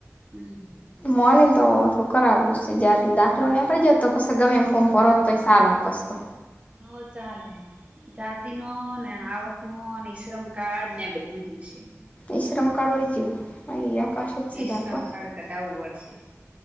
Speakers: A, on the right; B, on the left.
A: હમ.
B: મોનીન તો એટલું ખરાબ ગુસે જાતિન દાખલો નેકળી જાત તો પસ ગમે એમ ફોર્મ ભરત તોય સાલત પસ તો
A: હવ, ચાલે જાતિનો ને, આવકનો ને, ઈશ્રમ કાર્ડ ને બધું જોશે.
B: ઈશ્રમ કાર્ડ વળી ચેવું. હા, ઈ આકાશ જ સીધા
A: ઈશ્રમ
B: કો
A: કાર્ડ કઢાવું પડશે.